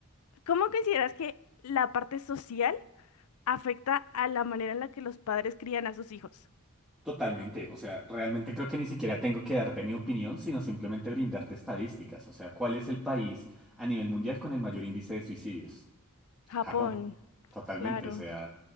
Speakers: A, on the left; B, in the centre.
A: ¿cómo consideras que la parte social afecta a la manera en la que los padres crían a sus hijos.
B: Totalmente, o sea, realmente creo que ni siquiera tengo que darte mi opinión, sino simplemente brindarte estadísticas, o sea, ¿cuál es el país a nivel mundial con el mayor índice de suicidios?
A: Japón,
B: Japón, totalmente,
A: claro,
B: o sea,